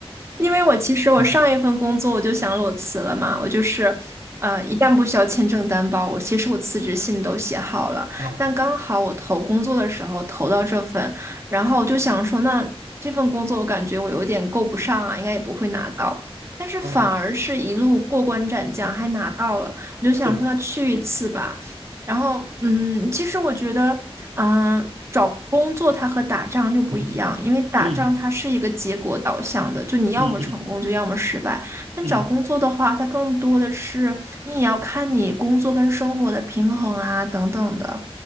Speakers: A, on the right (about 25°); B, on the right (about 75°).
A: 因为我其实我上一份工作我就想裸辞了嘛，
B: <laughs>
A: 我就是，呃，一旦不需要签证担保，我其实我辞职信都写好了，
B: 啊
A: 但刚好我投工作的时候投到这份，然后我就想说，那这份工作我感觉我有点够不上啊，应该也不会拿到，但是反而是一路过关斩将还拿到了，
B: 啊，
A: 我就想说那去一次吧，
B: 对，
A: 然后嗯，其实我觉得。嗯，找工作它和打仗又不一样，
B: 嗯
A: 因为打仗它是一个结果导向的，
B: 嗯
A: 就你要么成功，
B: 嗯嗯
A: 就要么失败。但找工作的话，
B: 嗯
A: 它更多的是你也要看你工作跟生活的平衡啊，等等的。